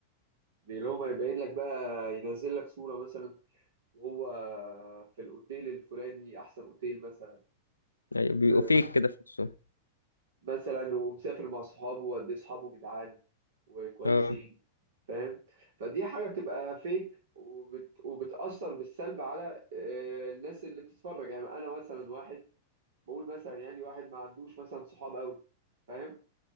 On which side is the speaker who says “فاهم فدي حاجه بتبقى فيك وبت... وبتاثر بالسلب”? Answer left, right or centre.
Right